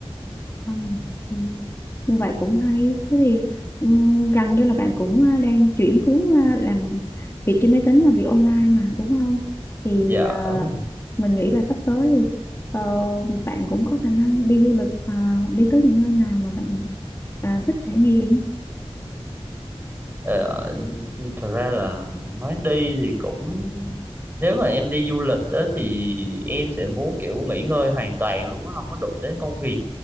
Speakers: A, on the left; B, on the right.
A: Ừ. Ừ. Như vậy cũng hay. Thế thì ừ, gần như là bạn cũng à, đang chuyển hướng à, làm việc trên máy tính là việc online mà đúng không? Thì
B: dạ
A: à,
B: đúng rồi.
A: mình nghĩ là sắp tới thì ờ, bạn cũng có khả năng đi du lịch và đi tới những nơi nào mà bạn à, thích trải nghiệm.
B: ờ, thật ra là nói đi thì cũng nếu mà em đi du lịch á thì em sẽ muốn kiểu nghỉ ngơi hoàn toàn luôn á không có đụng đến công việc